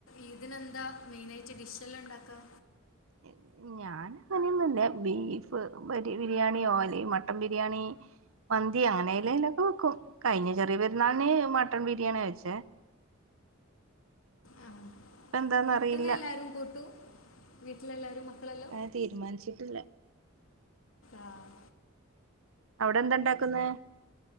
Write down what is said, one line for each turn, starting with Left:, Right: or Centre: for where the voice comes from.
Left: ഈദിനെന്താ മെയിനായിട്ട് ഡിഷ്ല്ലാം ണ്ടാക്ക
Right: ഇഹ് ഞ ഞാന്പൊ അങ്ങനൊന്നുല്ല ബീഫ് ബ് ര് ബിരിയാണിയോ അല്ലെ മട്ടൺ ബിരിയാണി മന്തി അങ്ങനെല്ലെലൊക്കെ വെക്കും കഴിഞ്ഞ ചെറിയ പരുന്നാള്ന് മട്ടൺ ബിരിയാണി വെച്ച
Left: ആഹ്
Right: ഇപ്പ എന്താന്ന്
Left: മട്ടന്എല്ലാരും
Right: അറിയില്ല
Left: കൂട്ടൂ വീട്ടിലെല്ലാരും മക്കളല്ലോ?
Right: അങ്ങനെ തീരുമാനിച്ചിട്ടില്ല
Left: ആഹ്
Right: അവിടെ എന്താണ്ടാക്കുന്നെ